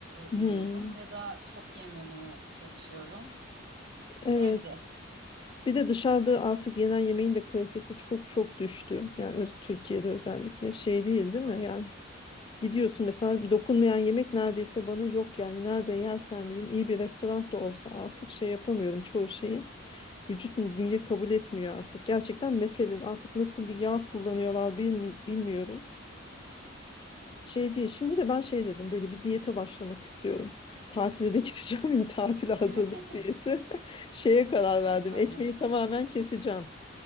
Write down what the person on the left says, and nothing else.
Hmm,
evet.
Bir de dışarıda artık yenen yemeğin de kalitesi çok çok düştü. Yani öz- Türkiye'de özellikle şey değil
değil mi? Yani Gidiyorsun mesela dokunmayan yemek neredeyse bana yok yani nerede yersen bileyim iyi bir restoran da olsa artık şey yapamıyorum çoğu şeyi vücut mu bünye kabul etmiyor artık gerçekten meselen artık nasıl bir yağ kullanıyorlar bilmi- bilmiyorum şey değil şimdi de ben şey dedim böyle bir diyete başlamak istiyorum tatile de <laughs> gideceğim ya tatile hazırlık
diyeti <laughs> şeye karar verdim
ekmeği tamamen keseceğim